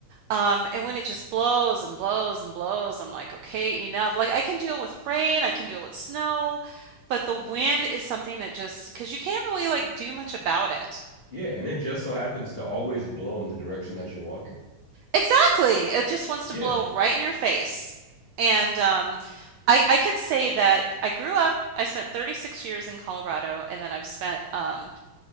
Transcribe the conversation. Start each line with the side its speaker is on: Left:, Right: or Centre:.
Right: Um, and when it just blows and blows and blows, I'm like, okay, enough. Like I can deal with rain, I can deal with snow, but the wind is something that just, because you can't really like do much about it.
Left: Yeah. And it just so happens to always blow in the direction that you're walking.
Right: Exactly. It just wants to
Left: Yeah.
Right: blow right in your face. And um, I, I can say that I grew up, I spent 36 years in Colorado, and then I've spent um,